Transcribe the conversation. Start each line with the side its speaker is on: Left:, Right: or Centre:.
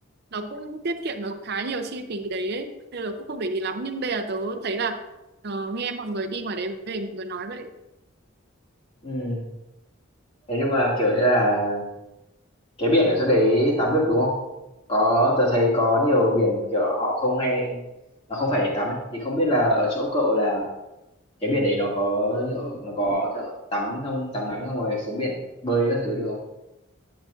Right: nó cũng tiết kiệm được khá nhiều chi phí đấy ấy. nên là cũng không để ý lắm nhưng đây là tớ thấy là ờ, nghe mọi người đi ngoài đấy về mọi người nói vậy
Left: Ừ. thế nhưng mà, kiểu như là Cái biển ở chỗ đấy tắm được, đúng không? Có tớ thấy có nhiều biển, kiểu, họ không hay nó không phải để tắm ấy, thì không biết là ở chỗ cậu là cái biển đấy nó có, kiểu, nó có, kiểu, tắm xong tắm nắng xong rồi xuống biển bơi các thứ được không?